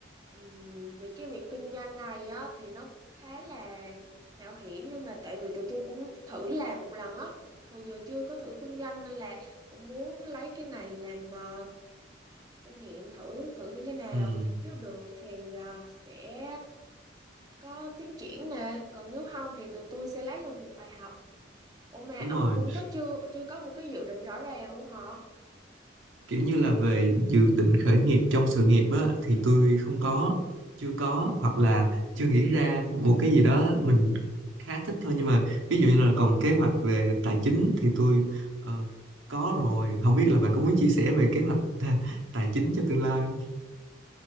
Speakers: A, on the right (about 20°); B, on the right (about 85°).
A: ừm, về cái việc kinh doanh này á thì nó khá là mạo hiểm nhưng mà tại vì tụi tôi cũng thử làm một lần á, hồi giờ chưa có thử kinh doanh nên là cũng muốn lấy cái này làm ờ, kinh nghiệm thử thử như thế nào
B: ừ
A: nếu được thì à, sẽ có tiến triển nè còn nếu không thì tụi tôi sẽ lấy được một bài học ủa mà
B: đúng
A: ông
B: rồi
A: cũng có chưa chưa có một cái dự định rõ ràng luôn hả
B: kiểu như là về dự định khởi nghiệp trong sự nghiệp á thì tôi không có chưa có hoặc là chưa nghĩ ra một cái gì đó mình khá thích thôi nhưng mà ví dụ như là còn kế hoạch về tài chính thì tôi ờ, có rồi không biết là bà có muốn chia sẻ về kế hoạch <laughs> tài chính cho tương lai không